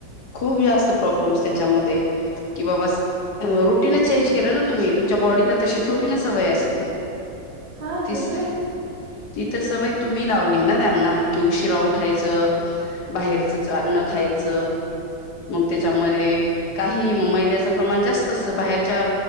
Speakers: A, on the left (about 65°); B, on the right (about 60°).
A: खूप जास्त प्रॉब्लेम्स त्याच्यामध्ये. कि बाबा रुटीनच चेंज केलं ना तुम्ही. तुमच्या बॉडीला तशी थोडी ना सवय असती.
B: हा
A: ती
B: ते
A: स,
B: तर आहे.
A: ती तर सवय तुम्ही लावली ना त्यांना. की उशिरा उठायचं, बाहेरचच अन्न खायचं, मग त्याच्यामध्ये काहीही. म मैद्याचं प्रमाण जास्त असतं बाहेरच्या